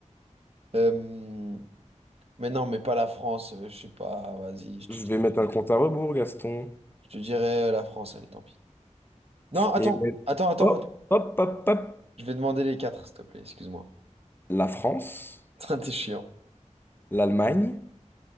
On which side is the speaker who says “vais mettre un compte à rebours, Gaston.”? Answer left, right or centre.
Left